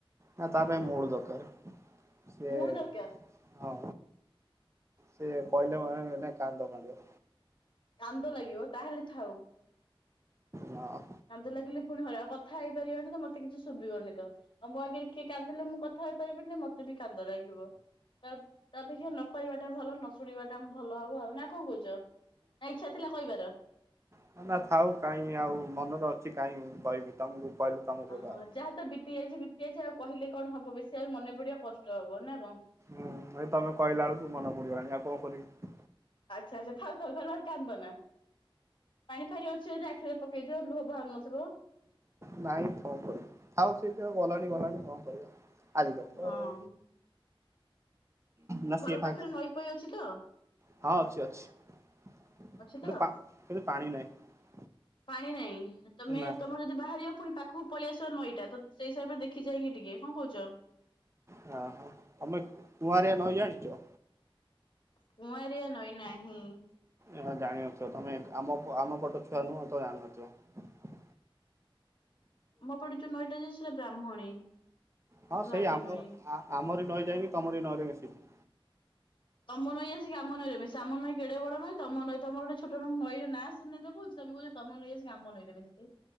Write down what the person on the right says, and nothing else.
ନା ତା ପାଇଁ ମୁଡ୍ ଦରକାର ସିଏ
ହଁ। ସେ
କଇଲେ ଅ ଆ ଏନା କାନ୍ଦ ମାଡ଼ିବ।
ହଁ।
ନା ନା ଥାଉ କାଇଁ ଆଉ ମନରେ ଅଛି କାଇଁ କହିବି, ତମକୁ କହିଲୁ ତମକୁ
ବା
ହୁଁ ହେଇ ତମେ କହିଲା ବେଳକୁ ମନେ ପଡିଗଲାଣି, ଆଉ କଣ କରିବି?
ନାଇଁ କଣ କରିବି ଥାଉ ସେଇତ ଗଲାଣି ଗଲାଣି କଣ କରିବା। ଆଜିକାଲି ତ
ଆଉ ନା
ସିଏ
ଫାଙ୍କା
ହଁ ଅଛି ଅଛି, କିନ
ପା ଖରେ ପାଣି ନାହିଁ।
ନା।
ହଁ, ହଁ, ତୋମେ କୁଆଁରିଆ‌
ନଈ ଜାଣିଚ?
ଏହା ଜାଣି ନଥିବ, ତୋମେ ଆମ ଆମ ପଟଛୁଆ ନୁହଁ, ତ ଜାଣି ନଥିବ।
ହଁ ସେଇ
ଆମ
ଆ, ଆମରି ନଈ ଯାଇକି ତୋମରି ନଈରେ ମିଶିିଚି।